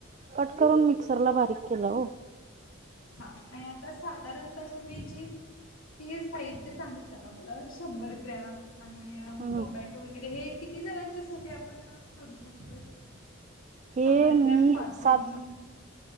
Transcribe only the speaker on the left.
हा आणि आता साधारणता तुम्ही जी. ही साहित्य सांगितलं ना, मला शंभर ग्रॅम. आणि
टोमॅटो वगैरे हे, किती जणांच्यासाठी आपण अ? करू शकतोय.
शंभर
ग्रॅम काजू
आणि.